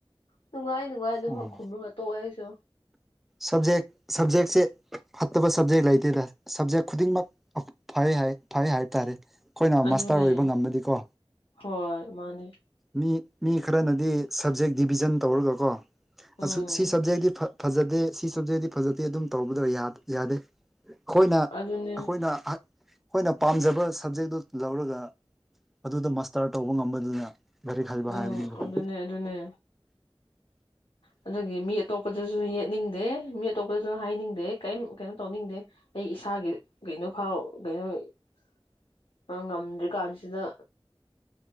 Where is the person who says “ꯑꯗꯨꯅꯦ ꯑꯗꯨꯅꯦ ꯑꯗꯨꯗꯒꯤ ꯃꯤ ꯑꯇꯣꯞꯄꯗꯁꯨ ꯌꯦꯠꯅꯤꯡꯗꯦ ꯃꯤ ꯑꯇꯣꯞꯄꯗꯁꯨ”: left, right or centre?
Left